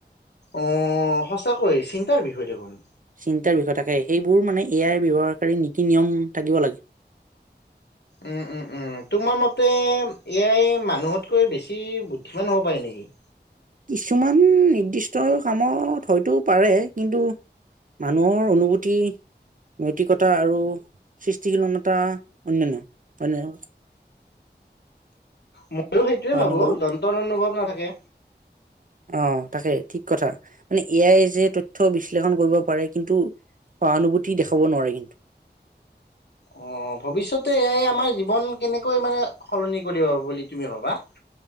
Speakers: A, on the left (about 70°); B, on the right (about 50°).
A: অঁ, সঁচাকৈ চিন্তাৰ বিষয় দেখোন।
B: চিন্তাৰ বিষয় থাকে, সেইবোৰ মানে এ আই ব্যৱহাৰকাৰী নীতি নিয়ম থাকিব লাগে।
A: উম, উম। তোমাৰ মতে- এ আইয়ে মানুহতকৈ বেছি বুদ্ধিমান হ'ব পাৰে নেকি?
B: কিছুমান নিৰ্দিষ্ট কামত হয়তো পাৰে। কিন্তু- মানুহৰ অনুভূতি- নৈতিকতা আৰু সৃষ্টিশীলনতা অন্যান্য, হয়নে কোৱা চোন? <inaudible>
A: মইয়ো সেইটোয়ে
B: হয়নে
A: ভাবো
B: বাৰু
A: <unintelligible> নাথাকে।
B: অঁ, তাকে ঠিক কথা মানে এ আইয়ে যে তথ্য বিশ্লেষণ কৰিব পাৰে। কিন্তু- সহানুভূতি দেখাব নোৱাৰে কিন্তু।
A: অঁ, ভৱিষ্যতে এ আইয়ে আমাৰ জীৱন কেনেকৈ মানে সলনি কৰিব বুলি তুমি ভাবা?